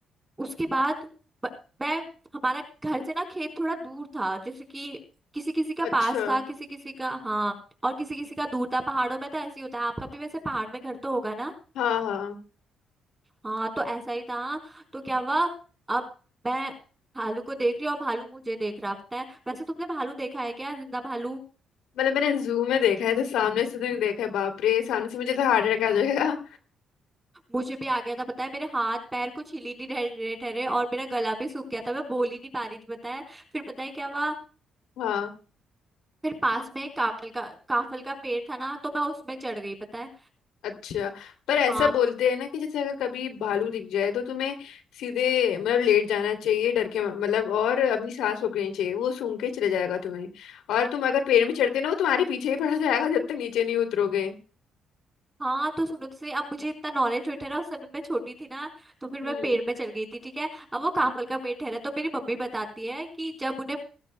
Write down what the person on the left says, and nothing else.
अच्छा
हाँ हाँ
मतलब मैंने जू में देखा है तो सामने से तो नहीं देखा है बाप रे सामने से मुझे तो हार्ट अटैक आ जाएगा
हाँ
अच्छा पर ऐसा
बोलते हैं ना कि जैसे अगर कभी भालू दिख जाए तो तुम्हें सीधे मतलब लेट जाना चाहिए डर के मतलब और अपनी सांस रोकनी चाहिए वो सूंघ के चले जाएगा तुम्हें और तुम अगर पेड़ में चढ़ते ना वो तुम्हारे पीछे ही पड़ जाएगा जब तक नीचे नहीं उतरोगे
हम्म